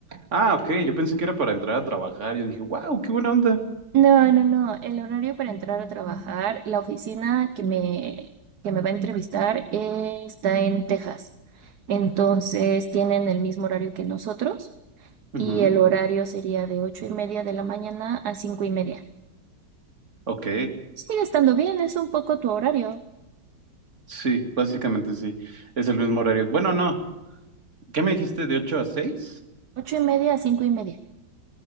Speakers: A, on the right; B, on the right.
A: Ah, ok, yo pensé que era para entrar a trabajar. Yo dije, wow, qué buena onda.
B: No, no, no. El horario para entrar a trabajar, la oficina que me, que me va a entrevistar eh, está en Texas. Entonces tienen el mismo horario que nosotros,
A: Ujú,
B: y el horario sería de ocho y media de la mañana a cinco y media.
A: Ok,
B: Sigue estando bien, es un poco tu horario,
A: sí, básicamente sí. Es el mismo horario. Bueno, no. ¿Qué me dijiste? ¿De ocho a seis.
B: ocho y media a cinco y media.